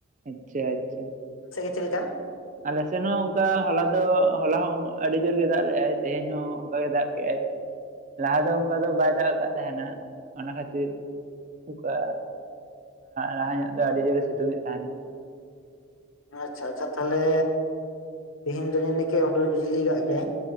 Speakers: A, on the right; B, on the left.
A: ᱟᱪᱪᱷᱟ ᱟᱪᱪᱷᱟ
B: ᱪᱮᱫ ᱞᱮᱠᱟ
A: ᱟᱞᱮ ᱥᱮᱱ ᱦᱚᱸ ᱚᱱᱠᱟ ᱦᱚᱞᱟ ᱫᱚ ᱦᱚᱞᱟ ᱦᱚᱸ ᱟᱹᱰᱤ ᱡᱳᱨ ᱜᱮ ᱫᱟᱜ ᱞᱮᱦ-ᱟᱭ ᱛᱮᱦᱮᱧ ᱦᱚᱸ ᱚᱱᱠᱟ ᱜᱮ ᱫᱟᱜ ᱠᱮᱜᱟᱭ ᱞᱟᱦᱟ ᱫᱚ ᱚᱱᱠᱟ ᱫᱚ ᱵᱟᱭ ᱫᱟᱜ ᱟᱠᱟᱫ ᱛᱟᱦᱮᱱᱟ ᱚᱱᱟ ᱠᱷᱟᱹᱛᱤᱨ ᱚᱱᱠᱟ ᱞᱟᱦᱟ ᱧᱚᱜ ᱫᱚ ᱟᱹᱰᱤ ᱡᱳᱨ-ᱮ ᱥᱤᱛᱩᱝ ᱮ ᱛᱟᱦᱮᱱᱟ
B: ᱟᱪᱪᱷᱟ ᱟᱪᱪᱷᱟ ᱛᱟᱦᱚᱞᱮ ᱛᱮᱦᱤᱧ ᱫᱚ ᱡᱟᱹᱱᱤᱡ ᱠᱤ ᱦᱩᱰᱩᱨ ᱵᱤᱡᱽᱞᱤ ᱠᱟᱜ ᱜᱮᱭᱟᱭ